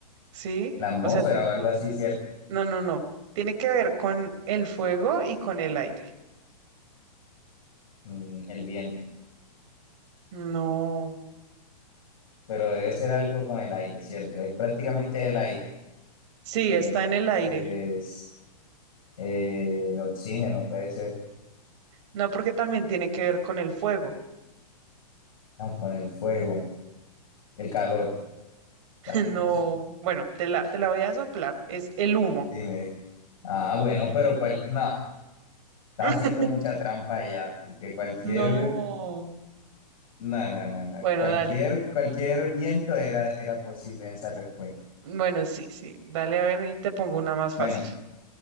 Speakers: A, on the right; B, on the left.
A: sí.
B: La atmósfera
A: O sea,
B: o algo así, ¿cierto?
A: no, no, no. Tiene que ver con el fuego y con el aire.
B: Mm, el viento,
A: No.
B: pero debe ser algo con el aire, ¿cierto? Es prácticamente es el aire.
A: Sí,
B: Entonces,
A: está en el aire.
B: eh, el oxígeno puede ser,
A: No, porque también tiene que ver con el fuego.
B: ah, con el fuego, el calor,
A: <laughs>
B: ah,
A: No,
B: no sé.
A: bueno, te la, te la voy a soplar. Es el humo.
B: Dime. Ah, bueno, pero cual, no, estás
A: <laughs>
B: haciendo mucha trampa ya, porque cualquier,
A: No.
B: no, no, no, no,
A: Bueno,
B: cualquier,
A: dale.
B: cualquier viento era, era posible en esa respuesta.
A: Bueno, sí, sí. Dale a ver y te pongo una más
B: Bueno,
A: fácil.